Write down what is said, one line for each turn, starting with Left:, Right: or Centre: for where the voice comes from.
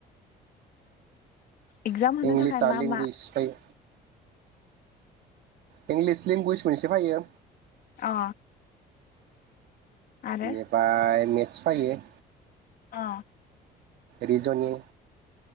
Left: इगजाम
Right: इंलिसआ
Left: होनो थाखाय मा
Right: लेंगुवेज
Left: मा
Right: फैयो इंलिस लेंगुवेज मोनसे फैयो।
Left: अ आरो
Right: बेनिफाय मेथ्स फोयो।
Left: अ
Right: रिजनिं